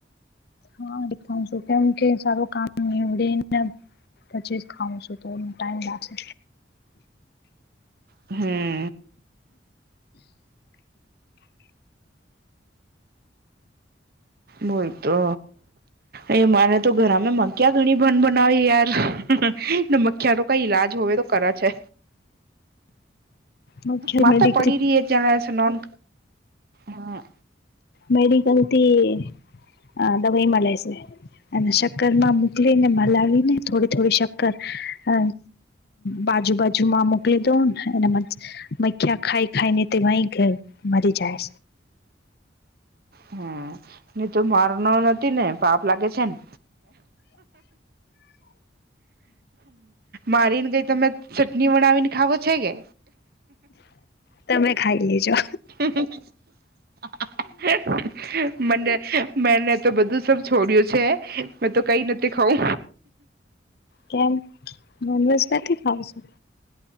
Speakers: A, on the left; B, on the right.
A: હા હું બી ખાઈ છું કેમ કે સારું કામ. <unintelligible> પછી જ ખઉં શું તો ટાઈમ લાગશે.
B: હમ્મ બોલ તો અ મારે તો ઘરામે મખિયા ઘણી બંન બનાવી <unintelligible> ધ મ ક્યારો કય ઈલાજ હોવે તો કરા છે
A: મુખ્ય
B: માંથે
A: મેડિકલ
B: પડી રિયે જાણે સનોક હા.
A: મેડિકલ થી અ દવાઈ મલે સે અને શક્કર માં મોકલી ને મલાવી ને થોડી થોડી શક્કર અ બાજુ બાજુમાં મુ ક્લી દો ને એમજ મખ્યા ખાઈ ખાઈ ને તેવાય ઘર મા થી જાય સે.
B: હમ્મ ની તો માર મારવાથી ને પાપ લાગે છે ને. મારીને કઈ તમે ચટણી બનાવીને ખાવો છે કે?
A: તમે ખાઈ લેજો.
B: <unintelligible> મને મેને તો બધું સબ છોડ્યું છે મેં તો કઈ નથી ખઉં.
A: કેમ નોન વજ નથી ખાવોશો?